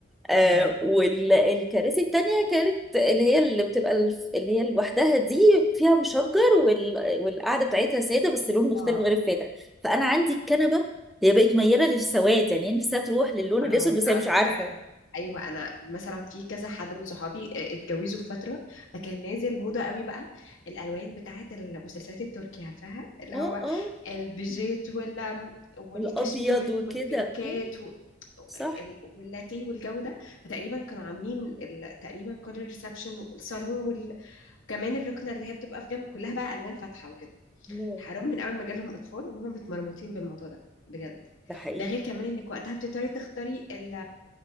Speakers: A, in the centre; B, on the left.
A: آه
B: اه
A: والكراسي التانية كانت اللي هي اللي بتبقى الف- اللي هي لوحدها دي فيها مشجر وال... والقعدة بتاعتها سادة بس لون مختلف
B: اه
A: غير الفاتح فأنا عندي الكنبة هي بقت ميالة للسواد يعني هي نفسها تروح للون
B: حرام
A: الأسود بس
B: على
A: هي مش
B: فكرة
A: عارفة
B: أنا أيوة أنا مثلا في كذا حد من صحابي آه، اتجوزوا في فترة فكان نازل موضة قوي بقى الألوان بتاعة المسلسلات التركية عارفاها اللي
A: اه
B: هو
A: اه
B: البيجيت ولا والكشمير
A: والأبيض وكده
B: والبينكات
A: اه
B: و- وال-
A: صح
B: واللاتيه والجو ده فتقريبا كانوا عاملين ال- تقريبا كل الريسبشن والصالون وال- وكمان الركنة اللي هي بتبقى في جنب كلها بقى ألوان فاتحة وكده
A: الله،
B: حرام من أول ما جالهم أطفال وهم متمرمطين بالموضوع ده بجد
A: ده حقيقي
B: ده غير كمان انك وقتها بتضطري تختاري ال